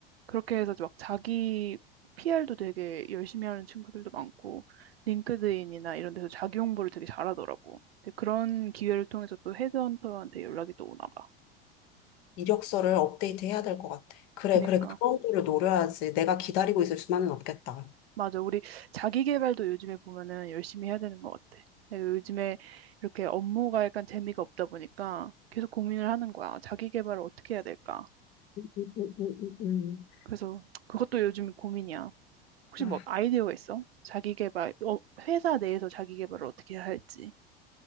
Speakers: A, on the right; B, on the left.
A: 그렇게 해서 막 자기 PR도 되게 열심히 하는 친구들도 많고, 링크드인이나 이런 데서 자기 홍보를 되게 잘하더라고. 근데 그런 기회를 통해서 또 헤드헌터한테 연락이 또 오나 봐.
B: 이력서를 업데이트 해야 될 것 같아. 그래,
A: 그니까.
B: 그래. 그런 거를 노려야지. 내가 기다리고 있을 수만은 없겠다.
A: 맞아. 우리 자기 개발도 요즘에 보면은 열심히 해야 되는 것 같아. 내가 요즘에 이렇게 업무가 약간 재미가 없다 보니까 계속 고민을 하는 거야. 자기 개발을 어떻게 해야 될까?
B: 음, 음, 음.
A: 그래서 그것도 요즘 고민이야. 혹시
B: 아,
A: 뭐 아이디어가 있어? 자기 개발, 어, 회사 내에서 자기 개발을 어떻게 해야 할지.